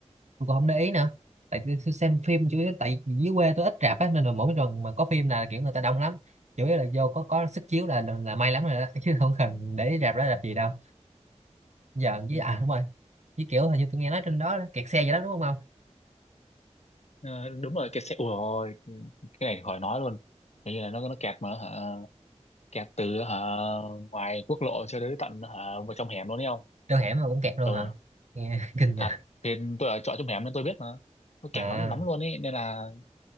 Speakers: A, on the right; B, on the left.
A: tôi cũng không để ý nữa tại tôi tôi xem phim chủ yếu tại dưới quê tôi ít rạp á nên là mỗi lần mà có phim là kiểu người ta đông lắm chủ yếu là vô có có sức chiếu là là may lắm rồi đó <laughs> chứ không cần để ý rạp đó rạp gì đâu giờ với
B: ừ.
A: à đúng rồi với kiểu hình như tôi nghe nói trên đó kẹt xe vậy đó đúng không không
B: ờ, đúng rồi cái xe ủa ôi, cái này khỏi nói luôn Kiểu như là nó nó kẹt mà hả kẹt từ hả ngoài quốc lộ cho đến tận hả vào trong hẻm luôn đấy không
A: trong <laughs> hẻm mà cũng kẹt luôn
B: ừ
A: hả nghe <laughs> kinh nhờ
B: thật thì tôi ở trọ trong hẻm nên tôi biết mà nó kẹt
A: à,
B: lắm lắm luôn ấy nên là